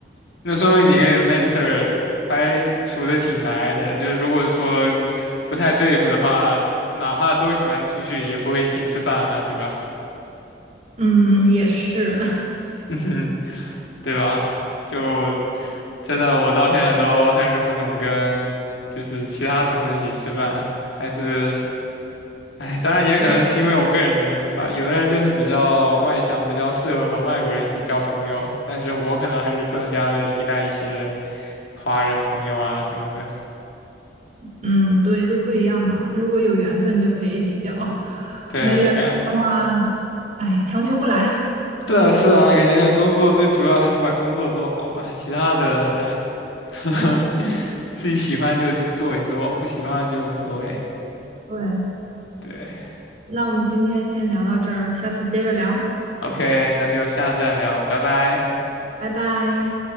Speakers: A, on the left; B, on the right.
A: 那说明你跟你的 mentor 还处的挺来的，就是如果说不太对付的话，哪怕都喜欢出去，也不会一起吃饭啊，对吧？
B: 嗯，也是，
A: <laughs> 对吧？就真的，我到现在都还是不怎么跟就是其他同事一起吃饭，还是哎，当然也可能是因为我个人的原因吧。有的人就是比较外向，比较适合和外国人一起交朋友，但是我可能还是更加的依赖一些华人朋友啊什么的。
B: 嗯，对，都不一样嘛。如果有缘分就可以一起交，
A: 对，
B: 没缘分的话，
A: 感
B: 哎，强求不来。
A: 是啊是啊，感觉工作最主要还是把工作做好吧，其他的哎，<laughs> 自己喜欢就去做一做，不喜欢就无所谓。
B: 对。
A: 对
B: 那我们今天先聊到这儿，下次接着聊，
A: ，OK，那就下次再聊，拜拜。
B: 拜拜。